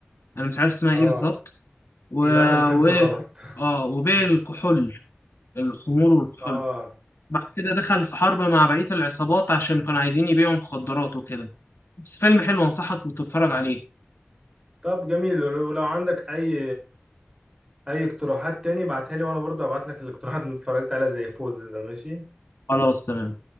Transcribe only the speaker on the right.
اه
يبقى انا اللي فهمت
غلط
<laughs>
اه
طب جميل ولو لو عندك اي اي اقتراحات تاني ابعتها لي وانا برضه هبعت لك الاقتراحات اللي اتفرجت عليها زي فولز ده ماشي